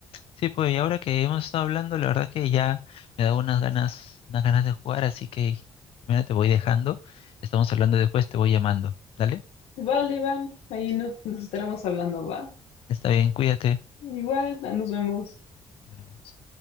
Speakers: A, on the left (about 65°); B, on the left (about 85°).
A: Sí, pues y ahora que hemos estado hablando, la verdad que ya me da unas ganas, unas ganas de jugar, así que Jimena, te voy dejando. Estamos hablando después, te voy llamando. ¿Dale?
B: Vale, Iván, ahí nos, nos estaremos hablando, ¿va?
A: Está bien, cuídate.
B: Igual, nos vemos.
A: Nos vemos.